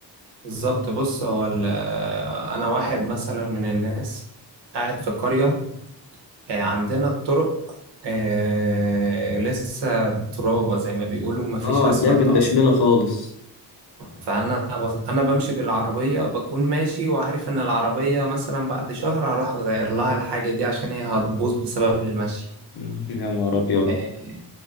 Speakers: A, on the right (about 80°); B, on the left (about 65°).
A: بالظبط بص هو ال- انا واحد مثلا من الناس قاعد في قرية آه، عندنا الطرق آه، لسه ترابة زي ما بيقولوا مفيش
B: اه
A: اسفلت
B: هتلاقيها متدشملة
A: اصلا
B: خالص
A: فانا بخ- انا بمشي بالعربية بكون ماشي وعارف ان العربية مثلا بعد شهر هروح اغير لها الحاجة دي عشان هي هتبوظ بسبب المشي
B: <laughs> يا نهار ابيض
A: آه، آه،